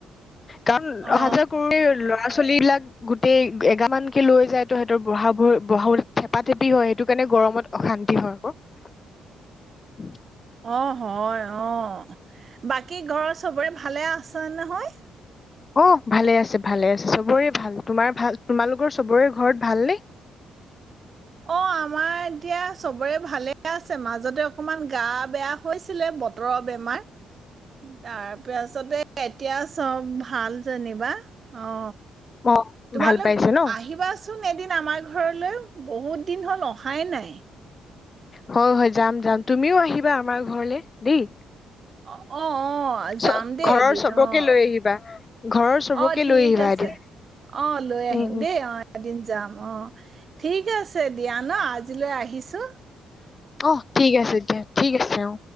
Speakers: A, on the left (about 30°); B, on the right (about 45°).
A: কাৰণ
B: অ
A: হাজাৰ কো <unintelligible> লৰা চলিবিলাক গোটেই এগামানকে লৈ যায় তো সিহঁতৰ বহোৰ বহাব থেপা থেপি হয় সেইটো কাৰণে গৰমত অশান্তি হয় আকৌ
B: অ হয় অ বাকী ঘৰৰ চবৰে ভালে আছে নহয়
A: অ ভালে আছে ভালে আছে চবৰে ভাল তোমাৰ ভাল তোমালোকৰ চবৰে ঘৰত ভালনে
B: অ আমাৰ এতিয়া চবৰে ভালে আছে মাজতে অকমান গা বেয়া হৈছিলে বতৰৰ বেমাৰ তাৰপাছতে এতিয়া চব ভাল যেনিবা অ
A: ম
B: তোমালোক
A: ভাল পাইছে ন
B: আহিবাচোন এদিন আমাৰ ঘৰলৈ বহুত দিন হ'ল অহাই নাই
A: হয় হয় যাম যাম তুমিও আহিবা আমাৰ ঘৰলে দেই
B: অ অ আহ
A: চ
B: যাম দেই
A: ঘৰৰ
B: এদিন
A: চবকে
B: অ
A: লৈ আহিবা ঘৰৰ চবকে
B: অহ ঠিক
A: লৈ আহিবা
B: আছে
A: এদিন
B: অ লৈ আহিম
A: উম উম
B: দেই অ এদিন যাম অ ঠিক আছে আছে দিয়া ন আজিলৈ আহিছো
A: অ ঠিক আছে এতিয়া ঠিক আছে অ